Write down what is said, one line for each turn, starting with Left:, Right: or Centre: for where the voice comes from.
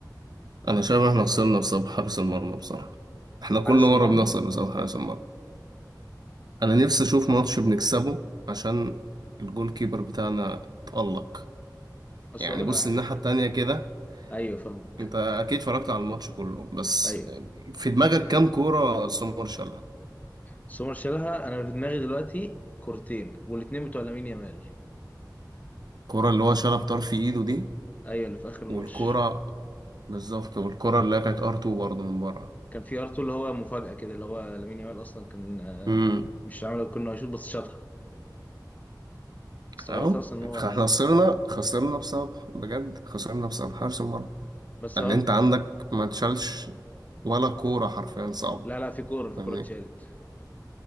Right: أنا شايف إحنا خسرنا بسبب حارس المرمى بصراحة إحنا كل
Left: حارس
Right: مرة
Left: المرمى
Right: بنخسر بسبب حارس المرمى أنا نفسي أشوف ماتش بنكسبه عشان الجول كيبر بتاعنا اتألق يعني
Left: اصل أقول
Right: بص
Left: لك على حاجه
Right: الناحية التانية كده
Left: ايوه فاهمك
Right: انت اكيد اتفرجت على الماتش كله بس
Left: ايوه
Right: في دماغك كام كوره سومر شالها
Left: سومر شالها انا في دماغي دلوقتي كورتين والاتنين بتوع لامين يامال
Right: الكوره اللي هو شالها بطرف ايده دي
Left: ايوه اللي في اخر الماتش
Right: والكوره بالظبط والكوره اللي هي كانت ار 2 برضه من بره
Left: كان في ار2 اللي هو مفاجاه كده اللي هو لامين يامال اصلا كان آه،
Right: امم
Left: مش عامل كنا هيشوط بس شاطها استغربت
Right: اهو
Left: اصلا ان هو
Right: احنا خسرنا خسرنا بسبب بجد خسرنا بسبب حارس المرمى
Left: بس
Right: ان
Left: هل...
Right: انت عندك ما تشالش ولا كوره حرفيا صعبه
Left: لا لا في كوره في
Right: فاهمني
Left: كوره اتشالت